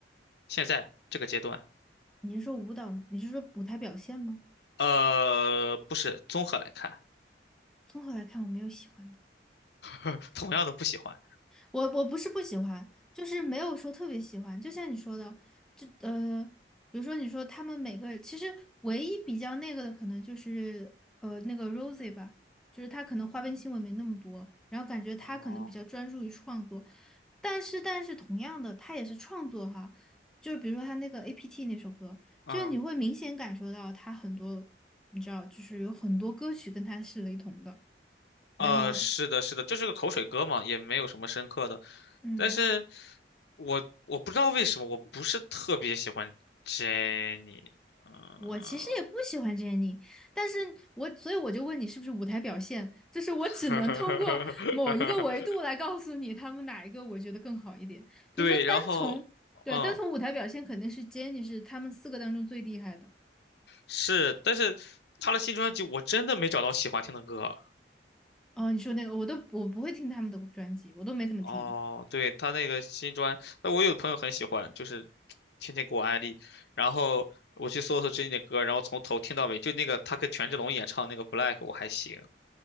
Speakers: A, on the left; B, in the centre.
A: 现在这个阶段，
B: 你是说舞蹈，你是说舞台表现吗？
A: 呃，不是综合来看，
B: 综合来看，我没有喜欢的。
A: <laughs> 同样的不喜欢。
B: 我我不是不喜欢，就是没有说特别喜欢。就像你说的，就呃，比如说你说他们每个人，其实唯一比较那个的，可能就是呃那个 Rosie 吧，就是他可能花边新闻没那么多，然后感觉他可能比较专注于创作。
A: 哦，
B: 但是但是同样的，他也是创作哈，就是比如说他那个 APT 那首歌，
A: 嗯，
B: 就是你会明显感受到他很多，你知道，就是有很多歌曲跟他是雷同的，然后
A: 呃，是的，是的，就是个口水歌嘛，也没有什么深刻的。
B: 嗯。
A: 但是我我不知道为什么，我不是特别喜欢 Jenny。嗯，
B: 我其实也不喜欢 Jennie，但是我所以我就问你是不是舞台表现，就是我只能通过某一个维度来告诉你他们哪一个我觉得更好一点。
A: <laughs>
B: 比如说单从对单从舞台表现肯定是
A: 对，然后，嗯，
B: Jennie 是他们四个当中最厉害的。
A: 是，但是他的新专辑我真的没找到喜欢听的歌。
B: 哦，你说那个我都我不会听他们的专辑，我都没怎么听
A: 哦，对，他那个新专，那我有的朋友很喜欢，就是天天给我安利，然后我去搜搜最近的歌，然后从头听到尾，就那个他跟权志龙演唱那个《Black》，我还行。